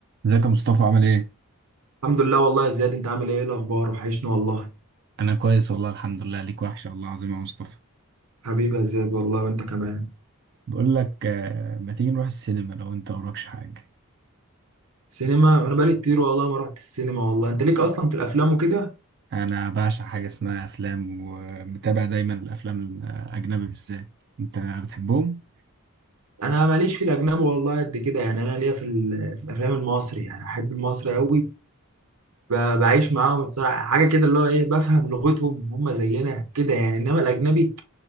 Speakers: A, on the right (about 50°); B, on the right (about 85°).
A: ازيك يا مصطفى عامل ايه؟
B: الحمد لله والله يا زياد انت عامل ايه ايه الاخبار وحشني والله
A: انا كويس والله الحمد لله ليك وحشة والله العظيم يا مصطفى
B: حبيبي يا زياد والله وانت كمان
A: بقول لك آه، ما تيجي نروح السينما لو انت وراكش حاجة
B: سينما انا بقالي كتير والله ما رحت السينما والله انت ليك اصلا في الافلام وكده
A: انا بعشق حاجة اسمها افلام ومتابع دايما الافلام الاجنبي بالذات انت بتحبهم؟
B: انا ماليش في الاجنبي والله قد كده يعني انا ليا في, ال- في الافلام المصري يعني احب المصري قوي ب- بعيش معاهم بصراحه حاجه كده اللي هو ايه بفهم لغتهم هم زينا كده يعني انما الاجنبي